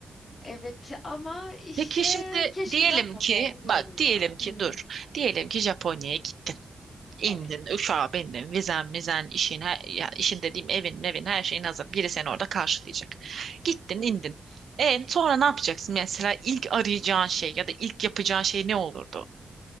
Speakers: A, on the left; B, on the right.
A: Evet ama işte
B: Peki şimdi
A: keşke
B: diyelim
A: bırakmasaydım
B: ki, bak
A: diyorum
B: diyelim
A: ya.
B: ki
A: Hmm,
B: dur, diyelim ki Japonya'ya gittin. İndin,
A: evet.
B: uçağa bindin, vizen, mizen, işin, her, ya işin dediğim evin, evin, her şeyin hazır. Biri seni orada karşılayacak. Gittin,
A: Hmm,
B: indin. E sonra ne yapacaksın? Mesela ilk arayacağın şey ya da ilk yapacağın şey ne olurdu?